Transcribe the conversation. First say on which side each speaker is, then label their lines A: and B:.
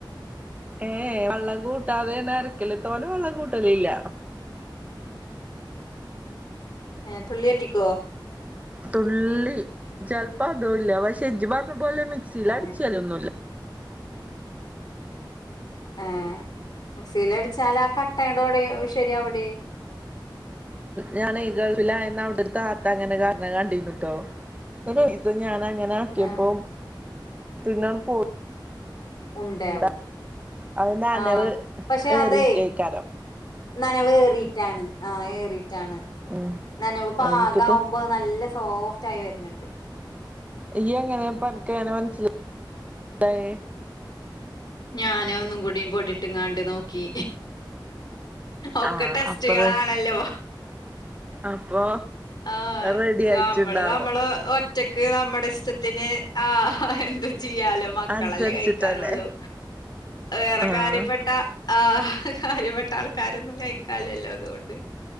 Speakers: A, on the right; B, on the left.
A: ഏഹ് ഏഹ് വള്ളം കൂട്ടാതേണ് അരക്കല്. തോന വള്ളം കൂട്ടലില്ല.
B: ഏഹ് തുള്ളിയറ്റിക്കോ
A: തുള്ളി ചെൽപ്പൊ അതുംല്ല. പശേ ഇജ്ജ് പർഞ്ഞ പോലെ മിക്സിയില
B: ഏഹ്
A: ട്ച്ചൊലൊന്നുല്ല.
B: ഏഹ് മിക്സീൽ അടിച്ചാല് ആ കട്ടയൊണ്ട്വിടെ ശരിയാവൊടി.
A: ഞാനേ ഗൾഫിലായന്ന് അവ്ടൊരു താത്ത അങ്ങനെ കാര്ണ കണ്ടിന്നുട്ടോ. ഇതു ഞാന ങ്ങനെ ആക്കിയപ്പം
B: ആഹ്
A: പിന്നെ പൊടി
B: ഉണ്ടാവും
A: <unintelligible> അവ് നനവ്
B: ആഹ് പക്ഷെ
A: ഏറിയിട്ടേക്കാരം.
B: അതെ നനവ് ഏറിയിട്ടാണ് ആഹ് ഏറിട്ടാണ്.
A: ഉം
B: നനവ് പാകാവുമ്പോ
A: എനിക്ക് തോ
B: നല്ല സ് സോഫ്റ്റ് ആയി വര്ന്ന്ണ്ട്.
A: ഇയ്യെങ്ങനെ പ്പൻക്കങ്ങനെ മൻസ്സിലായെ?
B: ഞാനൊന്നും കൂടി പൊടിട്ട്ങ്ങാണ്ട് നോക്കി. ഒക്കെ
A: ആഹ്
B: ടെസ്റ്റ്കളാണല്ലോ.
A: അപ്പറേ അപ്പൊ
B: ആഹ്
A: റെഡി
B: നമ്മള്
A: ആയിട്ടുണ്ടാവും
B: നമ്മള് ഒറ്റക്ക് നമ്മുടെ ഇഷ്ട ത്തിന് ആഹ് ആഹ് എന്തും ചെയ്യാലോ മക്കളല്ലേ
A: അനുസരിച്ചിട്ടല്ലേ
B: കയി ക്കാനുള്ളൂ. വേറെ
A: ആഹ്
B: കാര്യപ്പെട്ട ആഹ് കാര്യപ്പെട്ട ആൾക്കാരൊന്നും കഴിക്കാലല്ലോ അതുകൊണ്ട്